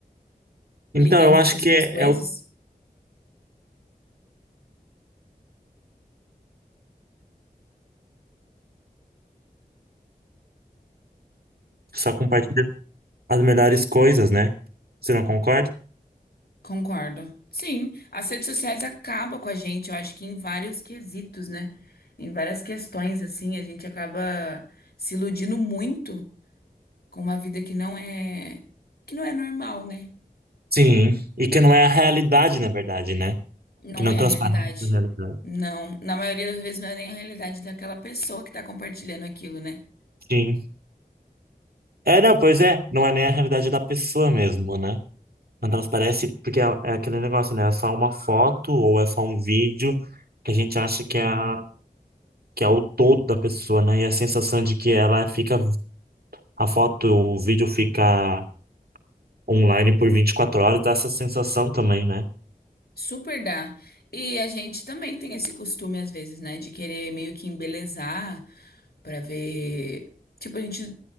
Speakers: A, on the right; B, on the left.
A: Então,
B: Ligando
A: eu acho
B: essas
A: que
B: duas
A: é,
B: coisas?
A: é o... só compartilha as melhores coisas, né? Você não concorda?
B: Concordo. Sim, as redes sociais acabam com a gente, eu acho que em vários quesitos, né? Em várias questões assim, a gente acaba se iludindo muito com uma vida que não é que não é normal, né?
A: Sim. E que não é a realidade, na verdade, né?
B: Não
A: Que não
B: é
A: transparece
B: a realidade.
A: a realidade.
B: Não. Na maioria das vezes não é nem a realidade daquela pessoa que tá compartilhando aquilo, né?
A: Sim. É, não, pois é. Não é nem a realidade da pessoa mesmo, né? Não transparece porque é, é aquele negócio, né? É só uma foto ou é só um vídeo que a gente acha que é, a- que é o todo da pessoa, né? E a sensação de que ela fica... A foto, o vídeo fica online por 24 horas dá essa sensação também, né?
B: Super dá. E a gente também tem esse costume, às vezes, né? De querer meio que embelezar pra ver. Tipo, a gente.